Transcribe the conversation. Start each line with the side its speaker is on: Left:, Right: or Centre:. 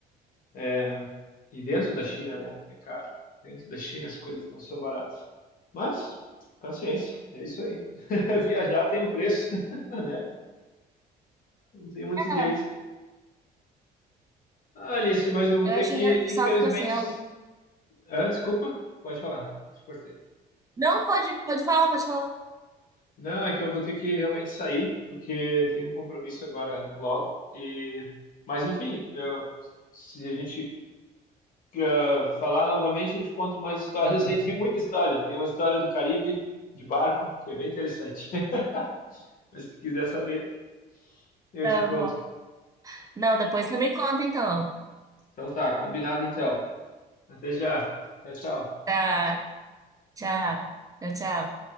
Left: É, e dentro da China, né? É caro. Dentro da China as coisas não são baratas. Mas, paciência, é isso aí. <laughs> Viajar tem um preço, <laughs> né? Não tem muito jeito.
Right: É.
Left: Ah, Alice, mas eu vou
Right: Eu
Left: ter
Right: acho
Left: que,
Right: engraçado
Left: infelizmente.
Right: porque assim, a Ui-
Left: Ah, desculpa, pode falar, te cortei.
Right: Não, pode, pode falar, pode falar.
Left: Não, é que eu vou ter que realmente sair, porque tenho um compromisso agora logo. E... Mas, enfim, eu- se a gente ah, falar novamente, eu te conto mais histórias <laughs> aí. Tem muita história. Tem uma história do Caribe de barco, que é bem interessante. <laughs> Mas se quiser saber, eu
Right: Tá
Left: te conto.
Right: bom. Não, depois você me conta então.
Left: Então tá, combinado então. Até já. Tchau, tchau.
Right: Tá, tchau. Tchau, tchau.